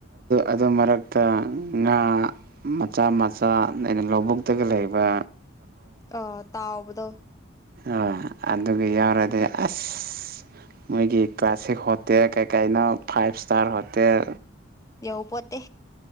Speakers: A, on the right; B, on the left.
A: ꯑꯗꯨ ꯃꯔꯛꯇ ꯉꯥ ꯃꯆꯥ ꯃꯆꯥ ꯑꯩꯅ ꯂꯧꯕꯨꯛꯇꯒ ꯂꯩꯕ
B: ꯑ ꯇꯥꯑꯣꯕꯙꯑꯣ
A: ꯑ ꯑꯗꯨ ꯌꯥꯎꯔꯗꯤ ꯑꯁ ꯃꯣꯏꯒꯤ ꯀ꯭ꯂꯥꯁꯤꯛ ꯍꯣꯇꯦꯜ ꯀꯩꯀꯥꯏꯩꯅꯣ ꯐꯥꯏꯚ ꯏꯁꯇꯥꯔ ꯍꯣꯇꯦꯜ
B: ꯌꯧꯄꯣꯠꯇꯦ